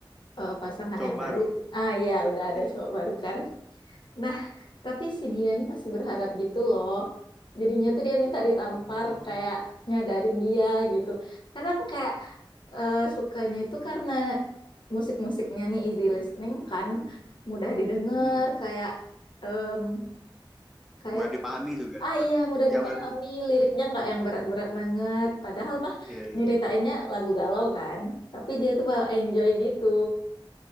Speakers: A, on the left; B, in the centre.
A: eh, pasangan
B: cowok
A: yang
B: baru
A: baru. Ah ya, udah ada
B: Iya.
A: cowok baru kan. Nah, tapi si dia ini masih berharap gitu loh. Jadinya tuh dia minta ditampar
B: oh
A: kayak nyadarin dia gitu. Kadang kayak eh, sukanya itu karena musik-musiknya nih easy listening kan, mudah didengar
B: hmm.
A: kayak em, kayak
B: mudah dipahami juga
A: ah
B: pak
A: iya mudah
B: yang
A: dipahami,
B: mudah di-
A: liriknya nggak yang berat-berat banget. Padahal mah
B: iya iya
A: nyeritainnya lagu galau kan, tapi dia tuh bawa enjoy gitu.